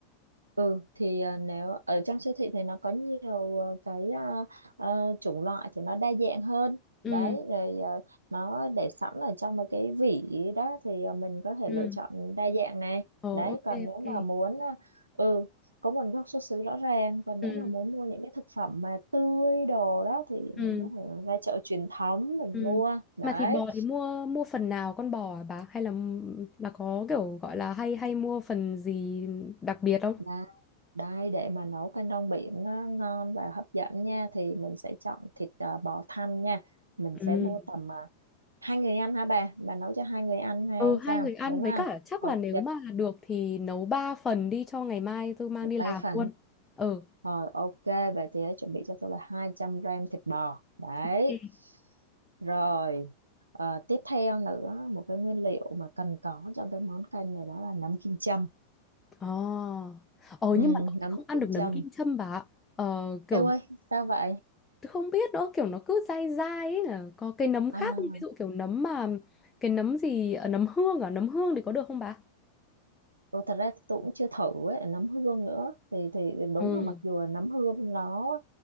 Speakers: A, on the right; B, on the left.
A: ừ thì à, nếu ở trong siêu thị thì nó có nhiều à, cái à, à, chủng loại thì nó đa dạng hơn
B: ừ
A: đấy rồi à, nó để sẵn ở trong mấy cái vỉ đó thì à, mình có thể
B: ừ
A: lựa chọn đa dạng này
B: ờ
A: đấy
B: ok
A: còn
B: ok
A: nếu mà muốn à, ừ có nguồn gốc xuất xứ rõ ràng còn
B: ừ
A: nếu mà muốn mua những cái thực phẩm mà tươi đồ đó thì
B: ừ
A: mình có thể ra chợ truyền thống mình
B: ừ
A: mua đấy
B: mà thịt bò thì mua mua phần nào con bò à bà hay là m- bà có kiểu gọi là hay hay mua phần gì đặc biệt không
A: Đó Đây, để mà nấu canh rong biển nó ngon và hấp dẫn nha thì mình sẽ chọn thịt à, bò thăn nha. Mình sẽ
B: ừ
A: mua tầm à, hai người ăn hả bà? Bà nấu cho hai người ăn hay
B: Ừ, hai
A: sao?
B: người ăn
A: Đúng
B: với
A: không?
B: cả chắc
A: Ok,
B: là nếu mà được thì nấu ba phần đi cho ngày mai tôi mang
A: ở
B: đi
A: ba
B: làm
A: phần.
B: luôn. Ừ.
A: Rồi ok, vậy thì hãy chuẩn bị cho tôi là 200 gram thịt bò. Đấy.
B: Ok.
A: Rồi, ờ, tiếp theo nữa một cái nguyên liệu mà cần có trong cái món canh này đó là nấm kim châm.
B: Ồ Ờ
A: Ừ,
B: nhưng mà tôi
A: nấm
B: lại không ăn
A: kim
B: được nấm
A: châm.
B: kim châm bà ạ. Ờ kiểu
A: Ê ơi, sao vậy?
B: tôi không biết nữa, kiểu nó cứ dai dai ấy là có cái nấm khác
A: À,
B: không? Ví dụ kiểu nấm mà cái nấm gì ờ, nấm hương à, nấm hương thì có được không bà?
A: Ừ, thật ra thì tôi cũng chưa thử ấy, nấm hương nữa thì thì đúng
B: Ừ.
A: là mặc dù là nấm hương nó